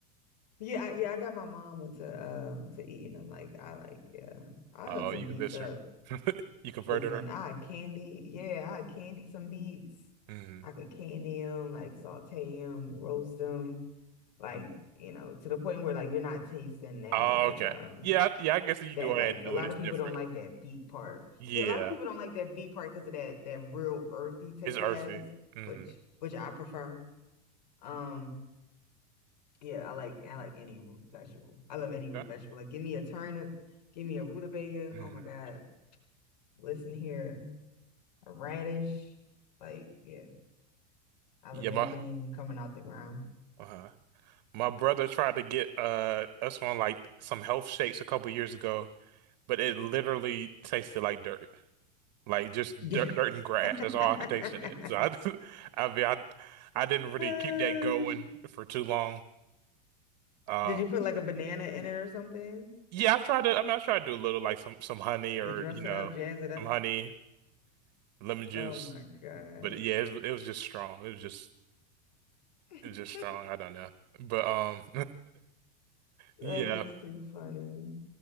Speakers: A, on the left (about 80°); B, on the right (about 60°).
A: Yeah, I, yeah, I got my mom into um to eating them. Like I like, yeah, I
B: Oh,
A: hook some
B: you
A: beets
B: convinced
A: up.
B: her. <laughs> You converted
A: Listen,
B: her.
A: I had candy, yeah, I had candy some beets.
B: hmm
A: I could candy them, like saute them, roast them, like you know, to the point where like you're not tasting that
B: Oh,
A: like
B: okay.
A: um
B: Yeah, I- yeah. I guess if you
A: That
B: do all that
A: like a
B: to
A: lot
B: it, it's
A: of
B: different.
A: people don't like that beet part.
B: Yeah,
A: Yeah, a lot of people don't like that beet part because of that that real earthy taste
B: it's earthy.
A: it has,
B: hmm
A: which which I prefer. Um, yeah, I like I like any root vegetable. I love any root
B: Yeah.
A: vegetable. Like give me a turnip, give me a rutabaga.
B: hmm
A: Oh my God. Listen here, a radish. Like, yeah, I
B: Yeah,
A: love anything
B: my.
A: coming out the ground.
B: Uh-huh. My brother tried to get uh us on like some health shakes a couple years ago, but it literally tasted like dirt. Like just
A: Yeah.
B: dirt, dirt and grass.
A: <laughs>
B: That's all I could taste in it. So I, <laughs> I mean, I, I didn't really
A: Gosh.
B: keep that going for too long. Uh,
A: Did you put like a banana in it or something?
B: yeah, I tried to. I mean, I tried to do a little like some some honey
A: Like,
B: or
A: To dress
B: you know,
A: it up, jazz it up?
B: some honey, lemon juice.
A: Oh my gosh.
B: But yeah, it, was- it was just strong. It was just
A: <laughs>
B: it was just strong. I don't know. But um,
A: That
B: <laughs> yeah.
A: is too funny.